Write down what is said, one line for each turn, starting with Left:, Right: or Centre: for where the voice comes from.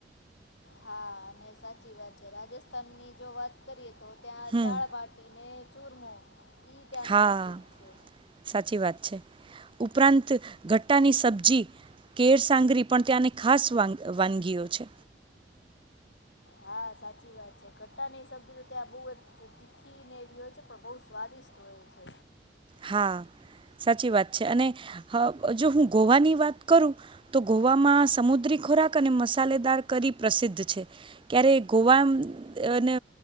Left: હા અને સાચી વાત છે રાજસ્થાનની જો વાત કરીએ તો ત્યાં
Right: હમ
Left: દાળ બાાટીને ચૂરમો ઈ ત્યાંનું
Right: હા
Left: પ્રસિદ્ધ છે
Right: સાચી વાત છે. ઉપરાંત ગટ્ટાની સબ્જી કેરસાંગરી પણ ત્યાંને ખાસ વાનગીઓ છે.
Left: હા સાચી વાત છે ખટ્ટાની સબ્જી તો ત્યાં બહુ જ તીખીને એવી હોય છે પણ બહુ સ્વાદિષ્ટ હોય છે.
Right: હા સાચી વાત છે અને જો હું ગોવાની વાત કરું તો ગોવામાં સમુદ્રી ખોરાક અને મસાલેદાર કરી પ્રસિદ્ધ છે ક્યારે ગોવાને